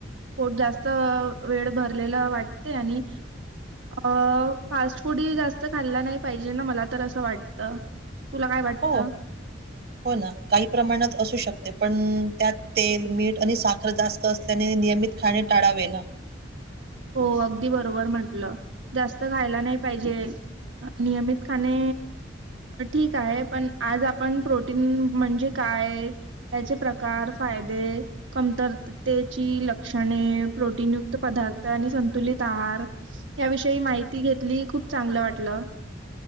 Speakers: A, on the right; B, on the right.
A: पोट जास्त वेळ भरलेल वाटते आणि अ फास्ट फूड ही जास्त खाल्ल नाही पाहिजे ना, मला तर असं वाटतं. तुला काय वाटत?
B: हो हो ना, काही प्रमाणात असू शकते पण अ त्यात तेल, मीठ आणि साखर जास्त असल्याने नियमित खाणे टाळावे ना.
A: हो अगदी बरोबर म्हंटल, जास्त खायला नाही पाहिजे. नियमित खाणे ठीक आहे पण आज आपण प्रोटीन म्हणजे काय? त्याचे प्रकार, फायदे कमतर तेची लक्षणे, प्रोटीन युक्त पदार्थ आणि संतुलित आहार याविषयी माहिती घेतली खूप चांगलं वाटलं.